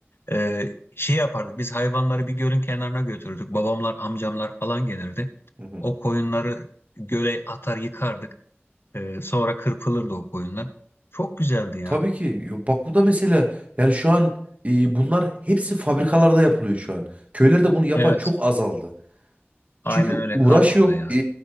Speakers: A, on the left; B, on the right.
A: Ee, şey yapardık, biz hayvanları bir gölün kenarına götürürdük. Babamlar, amcamlar falan gelirdi.
B: Hı hı.
A: O koyunları göle atar yıkardık. Ee, sonra kırpılırdı o koyunlar. Çok güzeldi ya.
B: Tabii ki. Yo, Bak bu da mesela yani şu an e, bunlar hepsi fabrikalarda yapılıyor şu an. Köylerde bunu yapan
A: Evet.
B: çok azaldı.
A: Aynen
B: Çünkü
A: öyle
B: uğraş
A: kalmadı
B: yok,
A: ya.
B: e,